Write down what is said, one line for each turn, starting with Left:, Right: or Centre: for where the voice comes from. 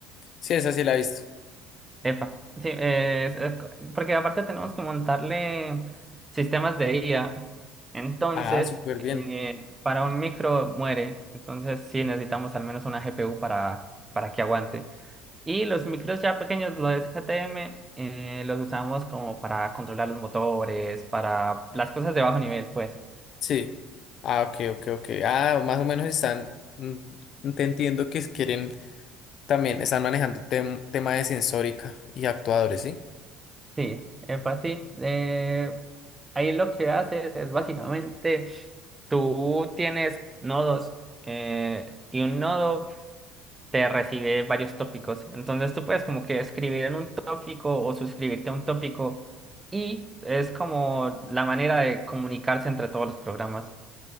Left: Sí, esa sí la he visto.
Right: Epa, sí, eh, es- es co- porque aparte tenemos que montarle sistemas de IA. Entonces,
Left: Ah, súper bien.
Right: eh, para un micro muere. Entonces, sí, necesitamos al menos una GPU para, para que aguante. Y los micros ya pequeños, los STM, eh, los usamos como para controlar los motores, para las cosas de bajo nivel, pues.
Left: Sí. Ah, ok, ok, ok. Ah, más o menos están, mm, te entiendo que quieren también, están manejando tem- tema de sensórica y actuadores, ¿sí?
Right: Sí, epa, sí. Eh, ahí lo que haces es básicamente tú tienes nodos eh, y un nodo te recibe varios tópicos. Entonces tú puedes como que escribir en un tópico o suscribirte a un tópico y es como la manera de comunicarse entre todos los programas.